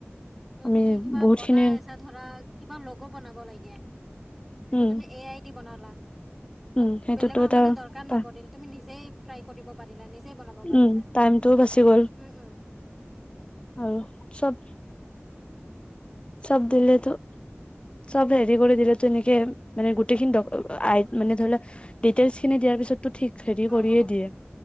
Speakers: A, in the centre; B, on the left (about 25°).
A: ত
B: আমি
A: তুমি কিবা
B: বহুতখিনি
A: বনাই আছা ধৰা কিবা লগ' বনাব লাগিব <unintelligible> এ আইত <unintelligible>
B: উম
A: ত তুমি এ আইদি বনালা
B: উম
A: ত
B: সেইটোতো
A: বেলেগৰ
B: এটা
A: মানে দৰকাৰ
B: এটা
A: নপৰিল তুমি নিজেই <unintelligible> ট্ৰাই কৰিব পাৰিলা নিজেই নিজেই বনাব পাৰিলা
B: উম টাইমটোও বাচি গ'ল
A: উম উম
B: আৰু চব চব দিলেতো চব হেৰি কৰি দিলোটো এনেকে মানে গোটেইখিনিই মানে ধৰি লোৱা ডিটেইলছ খিনি দিয়াৰ পিছত <unintelligible> টো ঠিক হেৰি
A: অ,
B: কৰিয়ে
A: অ,
B: দিয়ে